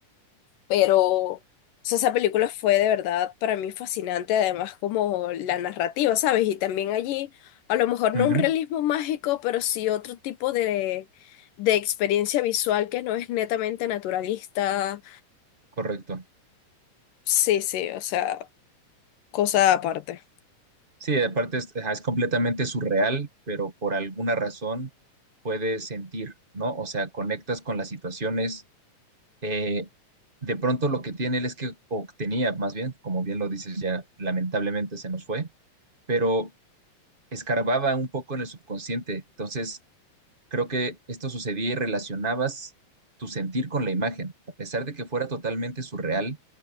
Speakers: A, on the left (about 80°); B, on the right (about 25°).
A: Pero, o sea, esa película fue de verdad para mí fascinante, además como la narrativa, ¿sabes? Y también allí, a lo mejor no
B: ujú,
A: un realismo mágico, pero sí otro tipo de, de experiencia visual que no es netamente naturalista.
B: correcto.
A: Sí, sí, o sea, cosa aparte.
B: Sí, aparte es, ajá, es completamente surreal, pero por alguna razón puedes sentir, ¿no? O sea, conectas con las situaciones. eh, de pronto lo que tiene él es que, o tenía más bien, como bien lo dices ya, lamentablemente se nos fue, pero escarbaba un poco en el subconsciente. Entonces, creo que esto sucedía y relacionabas tu sentir con la imagen, a pesar de que fuera totalmente surreal,